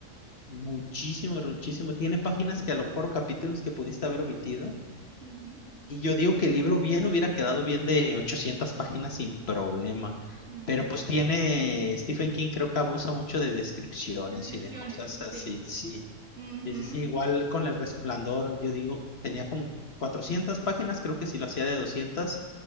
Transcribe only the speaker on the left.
Muchísimo, muchísimo. Tiene páginas que a lo mejor o capítulos que pudiste haber omitido
Y yo digo que el libro bien hubiera quedado bien de 800 páginas sin problema,
pero pues tiene, Stephen King creo que abusa mucho de descripciones
y de cosas así,
sí,
sí, sí, sí, igual con El Resplandor, yo digo, tenía como 400 páginas, creo que si lo hacía de 200